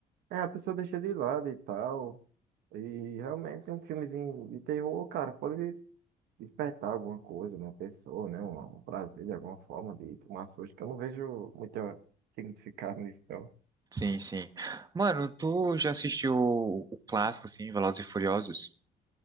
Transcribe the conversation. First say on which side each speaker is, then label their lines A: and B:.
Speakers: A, on the right; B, on the right.
A: É, a pessoa deixa de lado e tal. E realmente um filmezinho de terror, cara, pode despertar alguma coisa na pessoa, né? Um, um prazer de alguma forma de tomar susto, que eu não vejo muito significado <laughs> nisso, não.
B: Sim, sim. Mano, tu já assistiu o, o clássico, assim, Velozes e Furiosos?